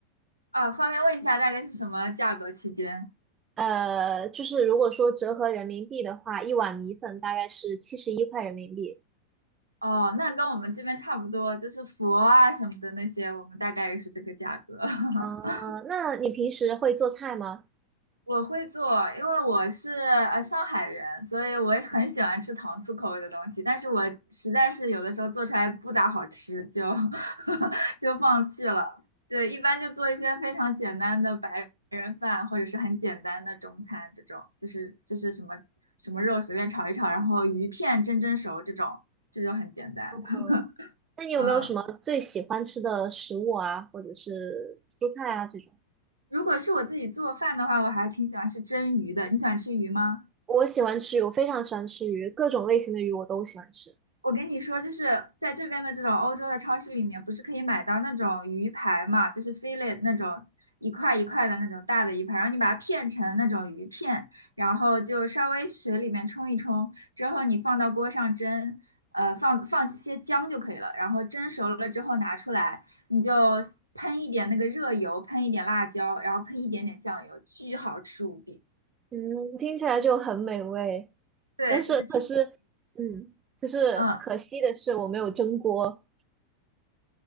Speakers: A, on the right (about 85°); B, on the right (about 25°).
A: 啊，方便问一下大概是什么价格区间？
B: 呃，就是如果说折合人民币的话，一碗米粉大概是七十一块人民币。
A: 哦，那跟我们这边差不多，就是佛啊什么的那些，我们大概也是这个价格。<laughs>
B: 啊，那你平时会做菜吗？
A: 我会做，因为我是呃上海人，所以我也很喜欢吃糖醋口味的东西。但是我实在是有的时候做出来不咋好吃，就 <laughs> 就放弃了。对，一般就做一些非常简单的白人饭，或者是很简单的中餐这种，就是就是什么什么肉随便炒一炒，然后鱼片蒸蒸熟这种，这就很简单。
B: 嗯，
A: <laughs>
B: 那你有没有什么最喜欢吃的食物啊，
A: 嗯，
B: 或者是蔬菜啊这种？
A: 如果是我自己做饭的话，我还挺喜欢吃蒸鱼的。你喜欢吃鱼吗？
B: 我喜欢吃鱼，我非常喜欢吃鱼，各种类型的鱼我都喜欢吃。
A: 我跟你说，就是在这边的这种欧洲的超市里面，不是可以买到那种鱼排嘛，就是 fillet 那种一块一块的那种大的鱼排，然后你把它片成那种鱼片，然后就稍微水里面冲一冲，之后你放到锅上蒸，呃，放放些姜就可以了，然后蒸熟了之后拿出来，你就喷一点那个热油，喷一点辣椒，然后喷一点点酱油，巨好吃无比。
B: 嗯，听起来就很美味，
A: 对，
B: 但是可是，
A: 就是清。
B: 嗯，可是可惜的是我没有蒸锅，
A: 嗯